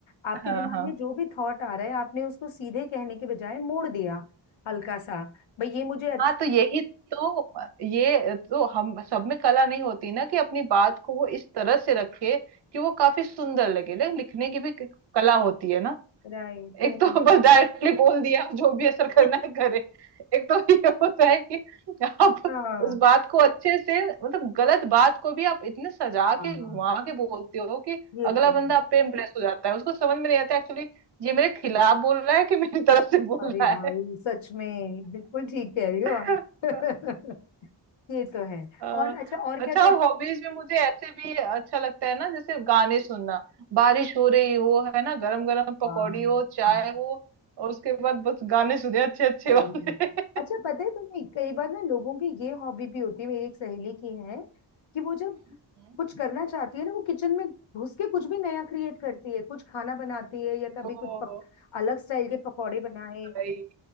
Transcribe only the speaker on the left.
आपके
दिमाग
में जो भी थॉट आ रहा है आपने उसको सीधे कहने के बजाय मोड़ दिया हल्का सा भाई ये मुझे अच्छा
राइट नहीं
<laughs>
हाँ
हाँ
ये
तो
है
अरे
भाई
सच में बिल्कुल ठीक कह रही हो
आप <laughs> ये तो है
और अच्छा और
क्या करते
हो
वाह
हाँ
सही
में। अच्छा पता है तुम्हें कई बार ना लोगों की ये हॉबी भी होती है मेरी एक सहेली की है कि वो जब
कुछ करना चाहती है ना वो किचन में घुस के कुछ भी नया क्रिएट करती है कुछ खाना बनाती है या कभी
कुछ पक, अलग स्टाइल के पकौड़े बनाए